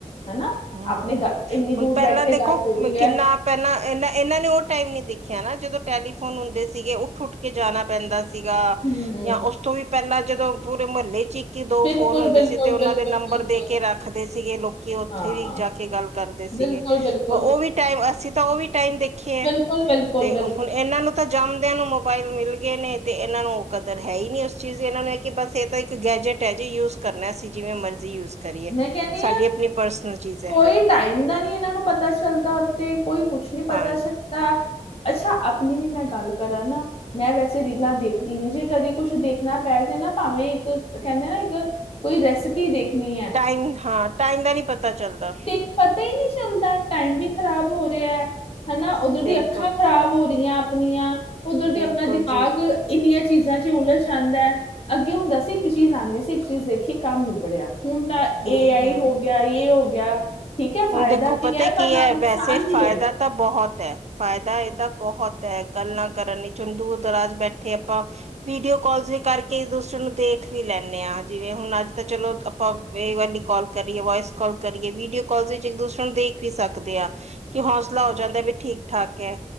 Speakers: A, on the left; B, on the right.
A: ਹੈਨਾ,
B: ਹੂੰ
A: ਆਪਣੇ ਗ ਐਨੀ
B: ਹੁਣ
A: ਦੂਰ
B: ਪਹਿਲਾਂ
A: ਬੈਠੇ
B: ਦੇਖੋ
A: ਗੱਲ ਹੋ ਰਹੀ
B: ਕਿੰਨਾ
A: ਐ।
B: ਪਹਿਲਾਂ ਏਨਾ, ਏਨਾਂ ਨੇ ਓ ਟਾਈਮ ਨੀ ਦੇਖਿਆ ਨਾ ਜਦੋਂ ਟੈਲੀਫੋਨ ਹੁੰਦੇ ਸੀਗੇ ਉੱਠ-ਉੱਠ ਕੇ ਜਾਣਾ ਪੈਂਦਾ ਸੀਗਾ
A: ਹਮ
B: ਜਾਂ ਓਸ ਤੋਂ ਵੀ ਪਹਿਲਾਂ ਜਦੋਂ ਪੂਰੇ ਮੱਲੇ ਚ ਈ ਕਿ ਦੋ
A: ਬਿਲਕੁਲ
B: ਫੋਨ ਹੁੰਦੇ
A: ਬਿਲਕੁਲ
B: ਸੀ ਤੇ ਓਨਾਂ
A: ਬਿਲਕੁਲ
B: ਦੇ ਨੰਬਰ
A: ਬਿਲਕੁਲ
B: ਦੇ ਕੇ ਰੱਖਦੇ ਸੀਗੇ ਲੋਕੀ ਓ
A: ਹਾਂ
B: ਓਥੇ ਵੀ ਜਾ ਕੇ ਗੱਲ ਕਰਦੇ ਸੀਗੇ
A: ਬਿਲਕੁਲ ਬਿਲਕੁਲ
B: ਵ ਓ ਵੀ ਟਾਈਮ ਅਸੀਂ ਤਾਂ ਓ ਵੀ ਟਾਈਮ ਦੇਖ ਖਿਆ
A: ਬਿਲਕੁਲ ਬਿਲਕੁਲ
B: ਤੇ
A: ਬਿਲਕੁਲ
B: ਹੁਣ ਏਨਾਂ ਨੂੰ ਜੰਮਦਿਆਂ ਨੂੰ ਮੋਬਾਇਲ ਮਿਲ ਗਏ ਨੇ ਤੇ ਏਨਾਂ ਨੂੰ ਓ ਕਦਰ ਹੈ ਹੀ ਨੀ ਓਸ ਚੀਜ਼ ਦੀ, ਏਨਾਂ ਨੂੰ ਕਿ ਬਸ ਏਹ ਤਾਂ ਇੱਕ ਗੈਜਟ ਐ ਜੀ ਯੂਜ ਕਰਨਾ ਅਸੀਂ ਜਿਵੇਂ ਮਰਜ਼ੀ ਯੂਜ ਕਰੀਏ
A: ਮੈਂ ਕਹਿੰਦੀ
B: ਸਾਡੀ
A: ਹਾਂ
B: ਆਪਣੀ ਪਰਸਨਲ ਚੀਜ਼ ਐ।
A: ਕੋਈ ਟਾਈਮ ਦਾ ਨੀ ਏਨਾਂ ਨੂੰ ਪਤਾ ਚੱਲਦਾ ਤੇ ਕੋਈ ਕੁਛ ਨੀ ਪਤਾ
B: ਹਾਂ
A: ਚੱਲ ਦਾ, ਅੱਛਾ ਆਪਣੀ ਵੀ ਮੈਂ ਗੱਲ ਕਰਾਂ ਨਾ ਮੈਂ ਵੈਸੇ ਰੀਲਾਂ ਦੇਖਦੀ ਨੀ ਜੇ ਕਦੀ ਕੁਛ ਦੇਖਣਾ ਪੈ ਜੇ ਨਾ ਭਾਵੇਂ ਇੱਕ ਕਹਿੰਦੇ ਆ ਨਾ ਇੱਕ ਕੋਈ ਰੈਸਪੀ ਦੇਖਨੀ ਐ।
B: ਟਾਈਮ ਹਾਂ ਟਾਈਮ ਦਾ ਨੀ ਪਤਾ ਚੱਲਦਾ।
A: ਤੇ ਪਤਾ ਈ ਨੀ ਚੱਲਦਾ ਟਾਈਮ ਵੀ ਖ਼ਰਾਬ ਹੋ ਰਿਹਾ ਐ। ਹਨਾ, ਓਧਰ ਦੀਆਂ
B: ਬਿਲਕੁਲ
A: ਅੱਖਾਂ ਖ਼ਰਾਬ ਹੋ ਰਹੀਆਂ ਆਪਣੀਆਂ ਓਧਰ ਦੀ
B: ਬਿਲਕੁਲ
A: ਆਪਣਾ ਦਿਮਾਗ
B: ਜੀ
A: ਐਨੀਆਂ ਚੀਜ਼ਾਂ ਚ ਉਲਝ ਜਾਂਦਾ। ਅੱਗੇ ਹੁੰਦਾ ਸੀ ਇੱਕ ਚੀਜ਼ ਆਦੀ ਸੀ ਇੱਕ ਚੀਜ਼ ਦੇਖੀ ਕੰਮ ਨਿਬੜਿਆ, ਹੁਣ ਤਾਂ
B: ਹਮ
A: ਏ ਆਈ
B: ਹਮ
A: ਹੋ ਗਿਆ ਯੇ ਹੋ ਗਿਆ ਠੀਕ ਐ ਫਾਇਦਾ
B: ਹੁਣ ਦੇਖੋ ਪਤਾ
A: ਵੀ ਐ ਪਰ
B: ਕੀ
A: ਨਾਲ
B: ਹੈ
A: ਨੁਕਸਾਨ
B: ਵੈਸੇ
A: ਵੀ
B: ਫਾਇਦਾ
A: ਐ।
B: ਤਾਂ ਬਹੁਤ ਐ ਫਾਇਦਾ ਏਦਾ ਬਹੁਤ ਐ ਗੱਲਾਂ ਕਰਨ ਵਿਚ ਦੂਰ ਦਰਾਜ ਬੈਠੇ ਠੇ ਆਪਾਂ ਵੀਡੀਓ ਕਾਲ ਵੀ ਕਰਕੇ ਦੂਸਰੇ ਨੂੰ ਦੇਖ ਵੀ ਲੈਨੇ ਆ ਜਿਵੇਂ ਹੁਣ ਅੱਜ ਤਾਂ ਚਲੋ ਆਪਾਂ ਵੇ ਵਾਲੀ ਕਾਲ ਕਰੀਏ ਵੋਆਇਸ ਕਾਲ ਕਰੀਏ ਵੀਡੀਓ ਕਾਲ ਵਿੱਚ ਇੱਕ-ਦੂਸਰੇ ਨੂੰ ਦੇਖ ਵੀ ਸਕਦੇ ਆ ਕਿ ਹੌਸਲਾ ਹੋ ਜਾਂਦਾ ਵੀ ਠੀਕ-ਠਾਕ ਐ।